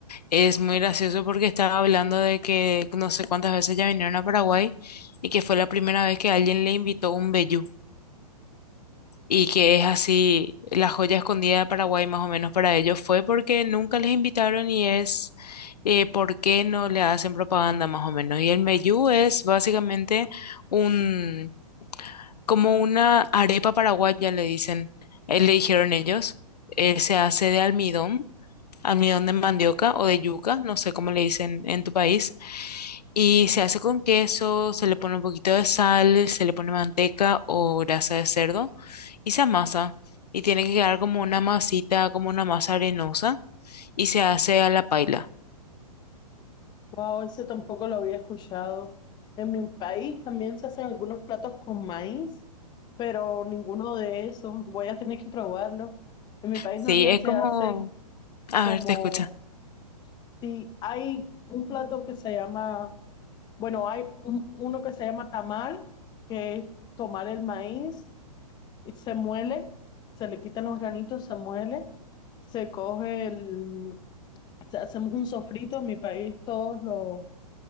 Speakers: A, on the left; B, on the left.
A: es muy gracioso porque estaba hablando de que no sé cuántas veces ya vinieron a Paraguay y que fue la primera vez que alguien le invitó un vellú. y que es así, la joya escondida de Paraguay más o menos para ellos fue porque nunca les invitaron y es eh, por qué no le hacen propaganda más o menos. Y el meyú es básicamente un, como una arepa paraguaya, le dicen, eh, le dijeron ellos, eh, se hace de almidón almidón de mandioca o de yuca, no sé cómo le dicen en tu país. Y se hace con queso, se le pone un poquito de sal, se le pone manteca o grasa de cerdo y se amasa. Y tiene que quedar como una masita, como una masa arenosa y se hace a la paila.
B: wow, ese tampoco lo había escuchado. En mi país también se hacen algunos platos con maíz, pero ninguno de esos. Voy a tener que probarlo. En mi país
A: Sí,
B: más bien
A: es
B: se
A: como...
B: hace
A: A
B: como
A: ver, te escucha.
B: si hay un plato que se llama, bueno, hay un- uno que se llama tamal, que es tomar el maíz, y se muele, se le quitan los granitos, se muele, se coge el, se- hacemos un sofrito. En mi país todos los